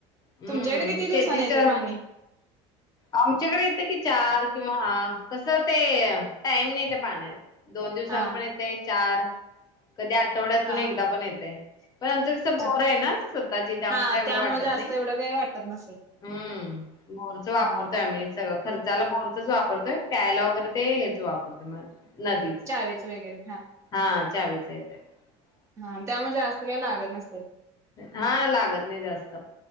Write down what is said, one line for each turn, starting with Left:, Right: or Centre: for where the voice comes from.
Left: हम्म
Right: तुमच्याकडे किती दिवसाांनी
Left: शेतीच
Right: येते पाणी
Left: आमच्याकडे येतं कि चार किंवा कसं ते टाइम नाही त्या पाण्याला दोन दिवसन
Right: हा
Left: पण येते चार कधी आठवड्यातून
Right: हा
Left: एकदा पण येतय पण आमचं कस बोर
Right: हा
Left: आहे ना स्वतःची ते्हा
Right: हा
Left: का एवढं
Right: त्यामुळे
Left: वाटत
Right: जास्त
Left: नाही
Right: एवढं काही वाटत नसेल
Left: हम्म बोरच वापरतोय
Right: हम्म,
Left: आम्ही सगळं खर्च त्याला बरचच वापरतोय प्यायला वगैरे ते हेच वापरतो नदीच
Right: चावीच वगैरे
Left: हा चावी <unintelligible>
Right: हा त्यामुळे जास्त काही लागत नस
Left: हा लागत नाही जास्त